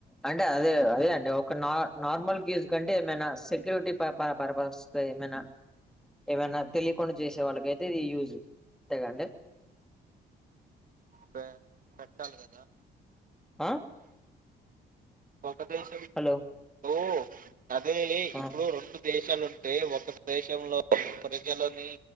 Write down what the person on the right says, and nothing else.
బె పెట్టాలి గదా?
ఒక దేశం
ఇప్పుడు అదే
ఇప్పుడు రెండు దేశాలు ఉంటే, ఒక దేశంలో ప్రజలని